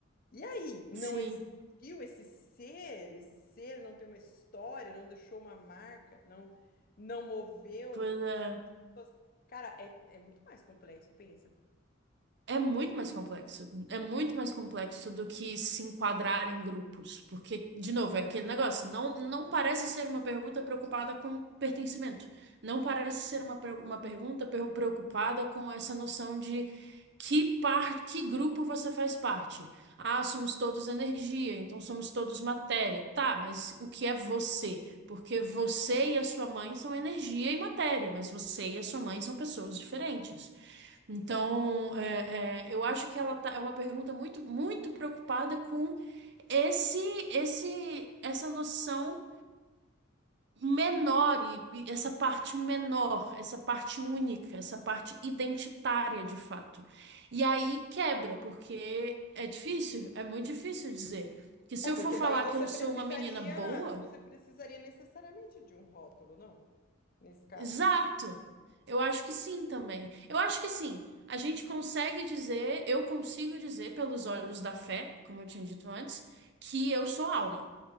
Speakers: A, on the left (about 45°); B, on the right (about 60°).
A: E aí, não
B: Sim,
A: existiu esse ser, esse ser não tem uma história, não deixou uma marca, não não moveu
B: pois
A: o coração
B: é.
A: das pessoas. Cara, é, é muito mais complexo, pensa.
B: É muito mais complexo. É muito mais complexo do que se enquadrar em grupos. Porque, de novo, é aquele negócio. Não, não parece ser uma pergunta preocupada com pertencimento. Não parece ser uma, per- uma pergunta pre- preocupada com essa noção de que parte, que grupo você faz parte. Ah, somos todos energia, então somos todos matéria. Tá, mas o que é você? Porque você e a sua mãe são energia e matéria, mas você e a sua mãe são pessoas diferentes. Então, é, é, eu acho que ela tá, é uma pergunta muito, muito preocupada com esse, esse, essa noção menor e e essa parte menor, essa parte única, essa parte identitária de fato. E aí quebra, porque é difícil, é muito difícil dizer. Que se
A: É, porque
B: eu for falar
A: daí você
B: que eu
A: precisaria,
B: sou uma menina boa,
A: você precisaria necessariamente de um rótulo, não? Nesse caso.
B: exato. Eu acho que sim também. Eu acho que assim, a gente consegue dizer, eu consigo dizer pelos olhos da fé, como eu tinha dito antes, que eu sou alma.